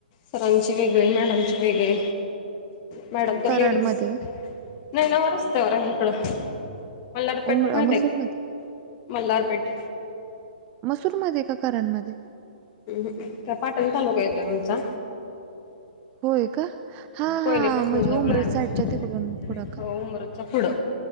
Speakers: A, on the left; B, on the right.
A: सरांची वेगळे मॅडमची वेगळे. मॅडम तर
B: कराडमध्ये
A: लेडीज नाही नवा रस्त्यावर हाय इकडं. मल्हारपेठ
B: उमर
A: माहित
B: मसूरमध्ये
A: आहे मल्हारपेठ
B: मसूर मध्ये का करडमध्ये
A: हम्म का पाटण तालुका येतोय आमचा
B: होय का हा
A: कोयले
B: हा
A: पासून
B: म्हणजे
A: जवळ
B: उमरस
A: आहे
B: साठच्या तिकडून पुड का?
A: हो उमरच्या पुढं